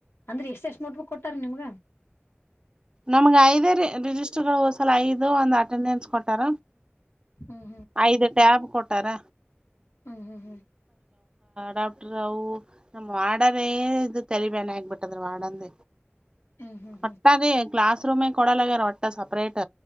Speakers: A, on the left; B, on the right.
A: ಅಂದ್ರೆ ಎಷ್ಟ ಎಷ್ಟ ನೋಟ ಬುಕ್ ಕೊಟ್ಟಾರ ನಿಮ್ಗ
B: ನಮ್ಗೆ ಐದೇ ರಿಜಿಸ್ಟರ್ ಗಳು ಹೋದ ಸಲ ಐದು ಒಂದ್ ಅಟೆಂಡೆನ್ಸ್ ಕೊಟ್ಟಾರ
A: ಹ್ಮ್
B: ಐದು ಟ್ಯಾಬ್ ಕೊಟ್ಟರ
A: ಹ್ಮ್ ಹ್ಮ್ ಹ್ಮ್
B: ಡಾಕ್ಟ್ರ ಅವು ನಮ್ ಮಾಡರೇ ಇ ತರಿಬಾನ ಆಗ್ಬಿಟ್ಟದ್ರ ಮಾಡಡಂದ
A: ಹ್ಮ್ ಹ್ಮ್ ಹ್ಮ್
B: ಮತ್ತ ಅದೇ ಕ್ಲಾಸ್ ರೂಮ್ ಕೊಡಲ್ಲಗ್ಯಾರ ಒಟ್ಟ ಸಪ್ರೇಟ್